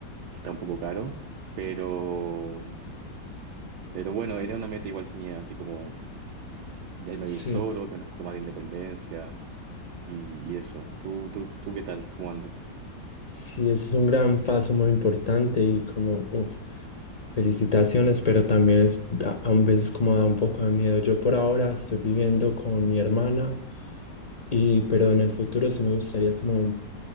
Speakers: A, on the right (about 70°); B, on the left (about 50°).
A: está un poco caro, pero, pero bueno, era una meta igual mía, así como... de irme
B: Sí,
A: a vivir solo, tener un poco más de independencia y, y eso. ¿Tú, tú, tú qué tal? ¿Cómo andas?
B: sí, ese es un gran paso muy importante y como, uf, felicitaciones, pero también es, da- a veces como da un poco de miedo. Yo por ahora estoy viviendo con mi hermana y, pero en el futuro sí me gustaría como